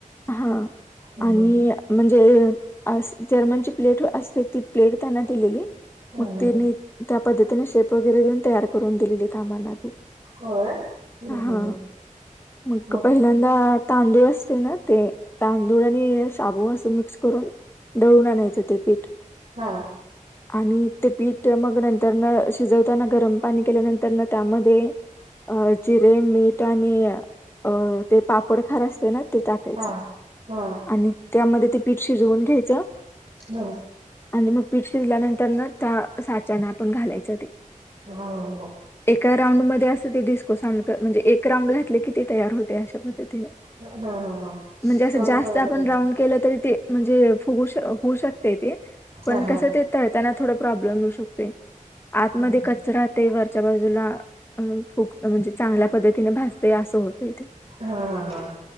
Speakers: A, on the left; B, on the right.
A: हा
B: हम्म
A: आणि म्हणजे अस जर्मनची प्लेट असते ती प्लेट त्यांना दिलेली
B: हम्म
A: मग तनी त्या पद्ती शेप वगैरे देऊन तयार करून दिलेली कामनाी
B: होय हम्म
A: हा
B: हम्म
A: मगं
B: मग
A: पहिल्यांदा- तांदूळ असतना ते तांदूळ. शाबू असं मिक्स करून दळून आणायचं ते पीठ.
B: हा
A: आणि ते पीठ मग नंतरना. शिजवताना गरम पाणी केल्यानंतर त्यामध्ये- अ जिरे, मीठ आणि अ ते पापड खार असते ना. टाकायचं
B: हा हा
A: आणि त्यामध्ये ते पीठ शिजवून घ्यायचं.
B: ह
A: आणि मग पीठ शिजल्यानंतर न त्या साचेन. आपण घालायचं ते.
B: हा हा
A: एका राऊंड मध्ये अस ते डिस्को साडंग म्हणजे एक राऊंड घातले किती तयार होते. <unintelligible> त
B: हा हा हा
A: म्हणजे असं
B: करून
A: जास्त
B: बघायला
A: आपण
B: पाहिजे
A: राऊंड केलं तरी ते. म्हणजे फुगू होऊ शकते ते. पण
B: हा हा
A: कसं ते तळताना थोड प्रॉब्लेम येऊ शकतोय आत
B: हा
A: मध्ये कच्च. च्या बाजूला फुक्त म्हणजे चांगल्या पद्धतीने भाजतंय असं होतंय ते
B: हा हा